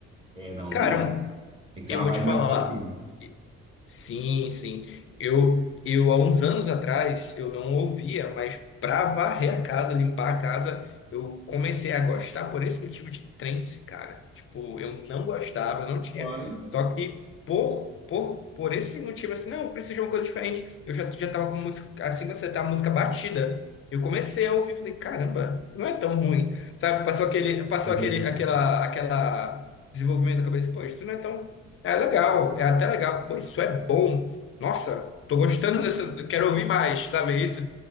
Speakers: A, on the right; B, on the left.
A: É, não,
B: Cara,
A: não dá. Tem que
B: eu
A: ser uma
B: vou
A: vibe
B: te falar.
A: mais pra cima.
B: Sim, sim. Eu, eu, há uns anos atrás, eu não ouvia, mas para varrer a casa, limpar a casa, eu comecei a gostar por esse motivo de trance, cara. Tipo, eu não gostava, eu não tinha.
A: Olha.
B: Só que por, por, por esse motivo, assim, não, eu preciso de uma coisa diferente. Eu já, já tava com música, assim, quando você tá música batida, eu comecei a ouvir, falei, caramba, não é tão ruim. Sabe, passou aquele, passou
A: <laughs>
B: aquele, aquela, aquela desenvolvimento da cabeça, pô, isso não é tão é legal, é até legal. Pô, isso é bom. Nossa, tô gostando dessa. Quero ouvir mais, sabe isso?